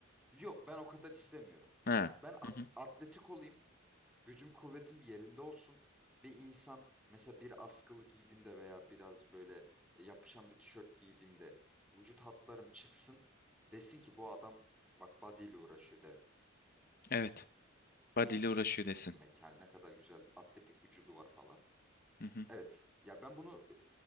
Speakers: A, in the centre; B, on the left.
A: yok ben o kadar istemiyorum.
B: Ha.
A: Ben at-
B: Hı hı.
A: atletik olayım. Gücüm kuvvetim yerinde olsun. Bir insan mesela bir askılı giydiğimde veya biraz böyle e, yapışan bir tişört giydiğimde vücut hatlarım çıksın. Desin ki bu adam bak body ile uğraşıyor de-
B: Evet. Badili uğraşıyor desin.
A: demek. Yani ne kadar güzel atletik vücudu var falan.
B: Hı hı.
A: Evet. Ya ben bunu